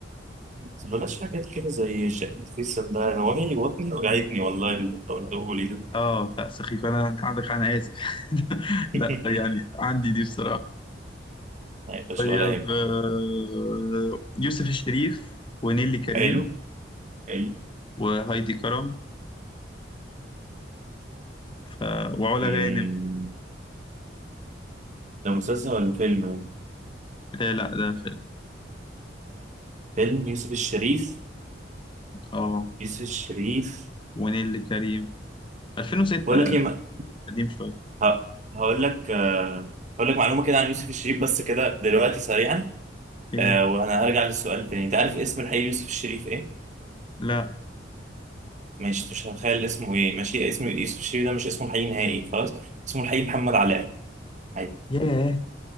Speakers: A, on the right; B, on the left.
A: بس بلاش حاجات كده زي الشقة الفيصل ده هو هي وطني وجعتني والله اللي تقوله لي ده
B: اه لا سخيف انا انت عندك حق، انا اسف <laughs> لا
A: <laughs>
B: فيعني عندي دي بصراحه
A: هيبقى
B: طيب
A: شغل يهمك
B: آه، يوسف الشريف ونيلي كريم
A: حلو حلو
B: وهايدي كرم ف... وعلا
A: أمم،
B: غانم
A: ده مسلسل ولا فيلم؟
B: آه لا ده فيلم
A: فيلم يوسف الشريف
B: اه
A: يوسف الشريف
B: ونيلي كريم 2006
A: بقول
B: يعني
A: لك ايه
B: قديم شويه
A: ه- هقول لك آه، هقول لك معلومة كده عن يوسف الشريف بس كده دلوقتي سريعا
B: إيه
A: آه، وأنا هرجع للسؤال تاني أنت عارف اسم الحقيقي يوسف الشريف إيه؟
B: لا
A: مش مش هتخيل اسمه إيه ماشي اسم يوسف الشريف ده مش اسمه الحقيقي نهائي خلاص اسمه الحقيقي محمد علاء عادي
B: ياه